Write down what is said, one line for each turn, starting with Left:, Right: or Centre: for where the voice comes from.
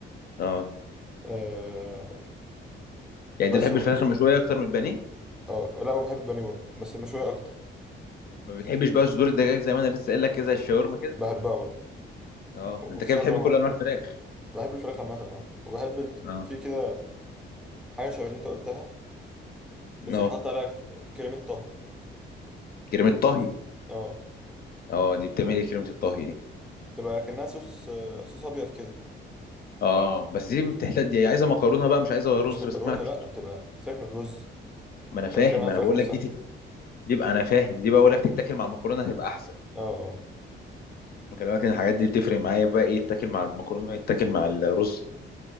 Left: اه
Centre: أه
Left: يعني انت
Centre: بس
Left: بتحب
Centre: و...
Left: الفراخ المشويه اكتر من البانيه
Centre: اه لا وبحب البانيه برضه بس مشوية اكتر
Left: ما بتحبش بقى صدور الدجاج زي ما انا لسه قايل لك كده زي الشاورما كده
Centre: بحبها برضه
Left: اه
Centre: وخصوصا
Left: انت كده بتحب
Centre: لو
Left: كل
Centre: مع-
Left: انواع الفراخ
Centre: بحب الفراخ عامة اه وبحب الف...
Left: اه
Centre: في كده حاجة شبه اللي انت قلتها بس
Left: اه
Centre: بيتحط عليها ك- كريمة طهي
Left: كريمه طهي
Centre: اه
Left: اه دي بتعمل ايه كريمه الطهي دي
Centre: تبقى كأنها صوص آه، صوص أبيض كده
Left: اه بس دي بتحتاج دي عايزه مكرونه بقى مش عايزه رز
Centre: مش مكرونة
Left: بسمتي
Centre: لأ بتبقى فراخ من الرز
Left: ما انا فاهم
Centre: أنا بتكلم على
Left: انا
Centre: الفراخ
Left: بقول
Centre: نفسها
Left: لك دي تت... دي بقى انا فاهم دي بقى بقول لك تتاكل مع المكرونه هتبقى احسن
Centre: اه اه
Left: خلي بالك ان الحاجات دي بتفرق معايا بقى ايه تتاكل مع المكرونه ايه تتاكل مع الرز